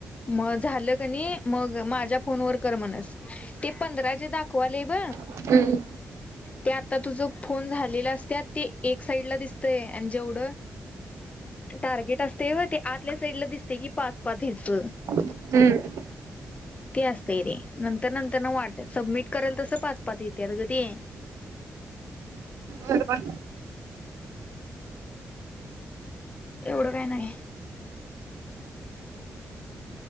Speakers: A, on the left; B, on the right.
A: मग झालं कन्य मग माझ्या फोन वर कर म्हणस. ते पंधरा जे दाखवालेय ब
B: हम्म
A: ते आता तुझ फोन झालेल असत्यात ते एक साइडला दिसतय. आणि जेवढं टार्गेट असतय व ते आतल्या साईड ला दिसतय की पाच पाच हेच.
B: हम्
A: अच्छा ते असतय रे नंतर नंतर न वाढतात सबमिट करेल तसं पाच पाच येते क ते
B: बरोबर
A: एवढं काय नाही